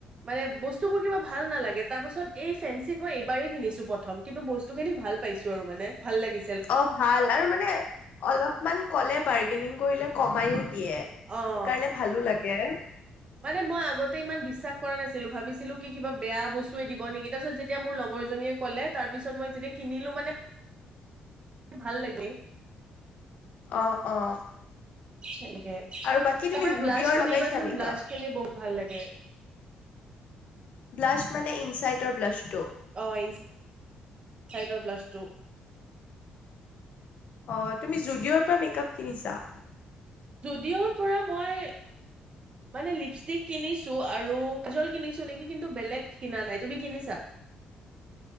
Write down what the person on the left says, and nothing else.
অ ভাল আৰু মানে অলপমান কলে বাৰ্গেনিং কৰিলে কমাইও দিয়ে সেইকাৰণে
ভালো লাগে। কে
অ', অ,
আৰু বাকী তুমি
জুডিঅ'ৰ
লগাইছা মেকআপ
ব্লাছ মানে ইনচাইটৰ ব্লাছটো।
অ', তুমি জুডিঅ'ৰ পৰা মেকআপ কিনিছা?